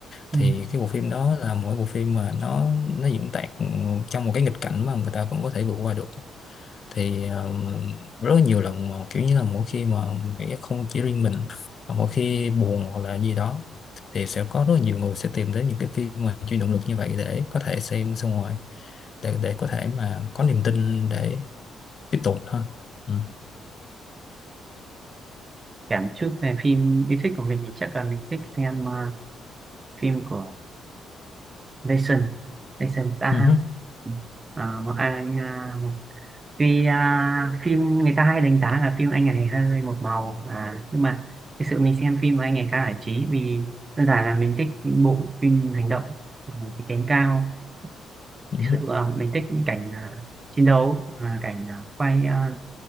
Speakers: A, on the right (about 30°); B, on the left (about 50°).
A: ừ.
B: thì cái bộ phim đó là mỗi bộ phim mà nó nó diễn tả trong một cái nghịch cảnh mà người ta vẫn có thể vượt qua được thì ờ, rất là nhiều lần mà kiểu như là mỗi khi mà nghĩ không chỉ riêng mình mà mỗi khi buồn hoặc là gì đó thì sẽ có rất là nhiều người sẽ tìm đến những cái phim mà chuyên động lực như vậy để có thể xem xong rồi để để có thể mà có niềm tin để tiếp tục ha ừ.
A: kể một chút về phim yêu thích của mình thì chắc là mình thích xem ờ, phim của Jason Jason Statham
B: Ừ. hứ,
A: Ờ, một anh à, một, tuy à, phim người ta hay đánh giá là phim anh ấy hơi một màu à, nhưng mà thực sự mình xem phim của anh ấy khá giải trí vì đơn giản là mình thích những bộ phim hành động à, cái cánh cao thực
B: ừ hứ,
A: sự à, mình thích những cảnh à, chiến đấu à, cảnh à, quay à,